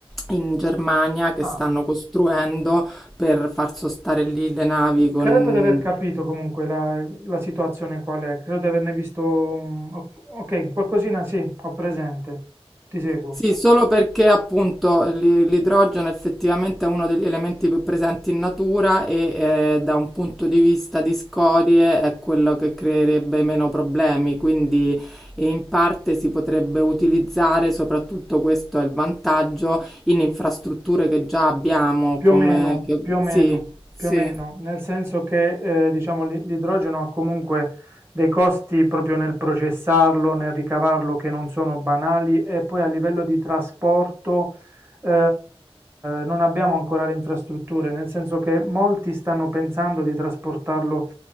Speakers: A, in the centre; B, on the right (about 25°).
A: in Germania che
B: ah.
A: stanno costruendo per far sostare lì le navi con...
B: Credo di aver capito comunque la, la situazione qual è. Credo di averne visto... un- o- Ok, qualcosina sì, ho presente. Ti seguo.
A: Sì, solo perché appunto l'i- l'idrogeno effettivamente è uno degli elementi più presenti in natura e eh, da un punto di vista di scorie è quello che creerebbe meno problemi, quindi e in parte si potrebbe utilizzare, soprattutto questo è il vantaggio, in infrastrutture che già abbiamo,
B: Più
A: come...
B: o meno,
A: Che...
B: più o
A: Sì,
B: meno,
A: sì.
B: più o meno, nel senso che eh, diciamo l'i- l'idrogeno ha comunque dei costi proprio nel processarlo, nel ricavarlo che non sono banali e poi a livello di trasporto eh, non abbiamo ancora le infrastrutture, nel senso che molti stanno pensando di trasportarlo